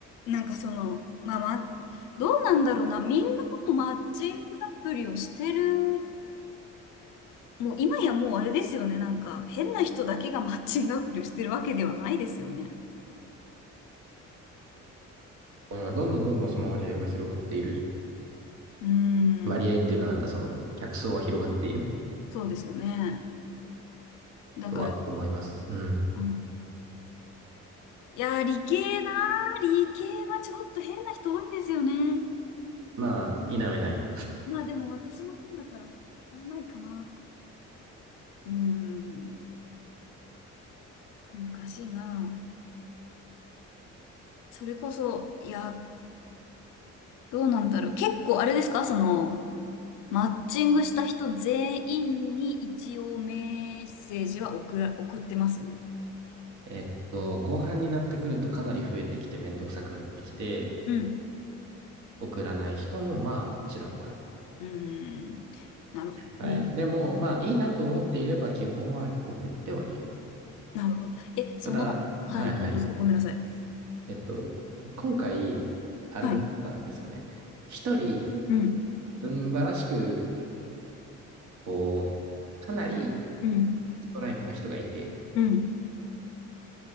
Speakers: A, on the left; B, on the right.
A: なんかその、まあ、ま、どうなんだろうな、みんなでもマッチングアプリをしてる、もう今やもうあれですよね、なんか変な人だけがマッチングアプリをしてるわけではないですよね。
B: うんどんどんどんどんその割合は広がっている。
A: うー
B: 割合っていうかなんだ、
A: ん、
B: その客層は広がっている
A: そうですよね。だから、
B: とは思います。うん。
A: うんいやー、理系なー、理系はちょっと変な人多いんですよね。
B: まあ、否めない。
A: まあでも私も変だから、しゃあないかな。うーん、難しいな。それこそ、いや、どうなんだろう。結構あれですか、その、マッチングした人全員に一応メッセージは送ら、送ってます。
B: えっと、後半になってくるとかなり増えてきてめんどくさくなってきて、
A: うん。
B: 送らない人もまあ、ちらほら。
A: うん。なるほどね。
B: はい。でも、まあ、いいなと思っていれば基本は送ってはいる。
A: なるほど。え、その、
B: ただ、
A: はい、
B: はいはい。
A: あ、どうぞ、ごめんなさい。
B: えっと、今回、あれだったんですよね。
A: はい。
B: 一人、
A: うん。
B: うんばらしく、こう、かなり
A: うん。
B: ストライクな人がいて、
A: うん。